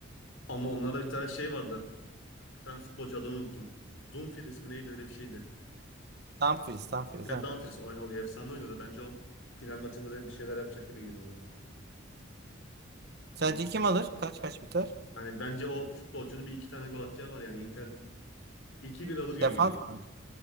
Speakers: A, on the left (about 85°); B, on the right (about 55°).
A: Ama onlarda bir tane şey vardı. Bir tane futbolcu adını unuttum. Dumfries mi neydi öyle bir şeydi.
B: Tam freeze, tam freeze
A: Yani
B: ha.
A: Dumfries oynadı, efsane oynadı. Bence o final maçında da bir şeyler yapacak gibi geliyor bana.
B: Sence
A: Hani
B: kim alır? Kaç kaç biter?
A: hani bence o futbolcunun bir iki tane gol atacağı var yani Inter iki bir alır gibi
B: Defans
A: geliyor.
B: oyuncusu.